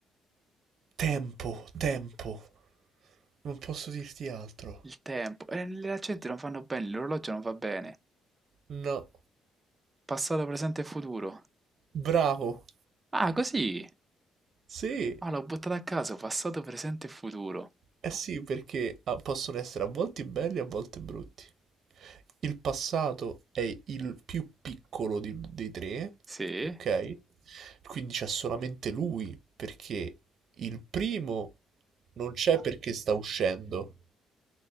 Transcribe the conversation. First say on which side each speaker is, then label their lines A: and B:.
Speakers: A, on the right; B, on the right.
A: Tempo, tempo. Non posso dirti altro.
B: Il tempo. E le accenti non fanno bene, l'orologio non va bene.
A: No.
B: Passato, presente e futuro.
A: Bravo.
B: Ah, così!
A: Sì.
B: Ah, l'ho buttata a caso, passato, presente e futuro.
A: Eh sì, perché ah, possono essere a volte belli e a volte brutti. Il passato è il più piccolo di- dei tre,
B: Sì,
A: ok? Quindi c'è solamente lui, perché il primo non c'è perché sta uscendo.